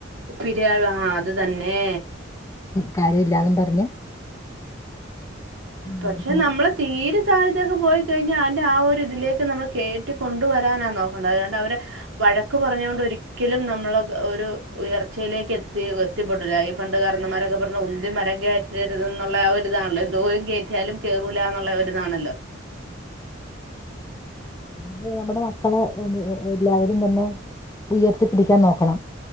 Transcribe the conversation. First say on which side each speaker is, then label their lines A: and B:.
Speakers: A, on the right; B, on the left.
A: പിരിയാത് ആഹ് അത് തന്നെ.
B: കാര്യല്ലാന്നും പറഞ്ഞ് ഉം,
A: പക്ഷെ
B: പിന്നെ
A: നമ്മള് തീരെ <unintelligible> പോയി പോയി കഴിഞ്ഞാ അയിന്റെ ആ ഒരു ഇതിലേക്ക് നമ്മൾ കേറ്റി കൊണ്ടുവരാനാ നോക്കേണ്ടത് അല്ലാണ്ട് അവരെ വഴക്ക് പറഞ്ഞോണ്ട് ഒ ഒരിക്കലും നമ്മൾ ഒരു ഉയർച്ചയിലേക്ക് എത്തി എത്തിപ്പെടില്ല ഈ പണ്ട് കാരണോമ്മാരൊക്കെ പറഞ്ഞ ഉന്തി <unintelligible> മരം കേറ്റരുത് ന്നുള്ള ആ ഒരിതാണല്ലോ എന്തോരും കേറ്റിയാലും കേറൂല എന്നുള്ള ഒരിതാണല്ലോ
B: ഇത് നമ്മടെ മക്കളെ എല്ലാവരും തന്നെ ഉയർത്തി പിടിക്കാൻ നോക്കണം.